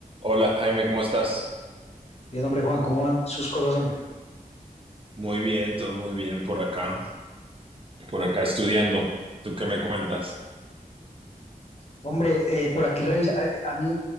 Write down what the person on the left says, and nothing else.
Bien, hombre, Juan, ¿cómo van sus cosas, hombre?
Hombre, eh, por aquí revisa, a, a mí,